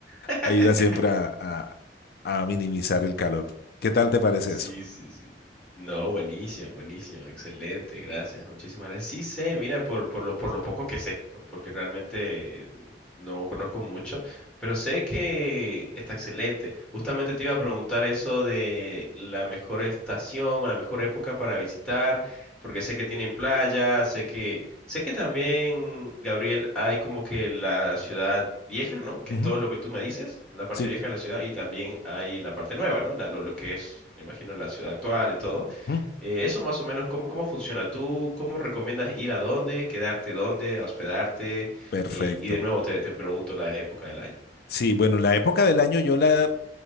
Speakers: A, in the centre; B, on the left.
A: <laughs>
B: ayuda siempre a, a- a minimizar el calor. ¿Qué tal te parece
A: Sí,
B: eso?
A: sí, sí. No, buenísimo, buenísimo, excelente, gracias, muchísimas gracias. Sí sé, mira, por, por lo, por lo poco que sé, ¿no? Porque realmente no conozco mucho, pero sé que está excelente. Justamente te iba a preguntar eso de la mejor estación o la mejor época para visitar, porque sé que tienen playa, sé que Sé que también, Gabriel, hay como que la ciudad vieja, ¿no? Que
B: Ujú,
A: es todo lo que tú me dices, la parte
B: Sí.
A: vieja de la ciudad, y también hay la parte nueva, ¿no? La- lo, lo que es, me imagino, la ciudad actual y todo.
B: ujú,
A: Eh, eso más o menos, ¿cómo, cómo funciona? ¿Tú cómo recomiendas ir a dónde, quedarte dónde, a hospedarte?
B: Perfecto.
A: Eh, y de nuevo te, te pregunto la época del año.
B: Sí, bueno, la época del año yo la,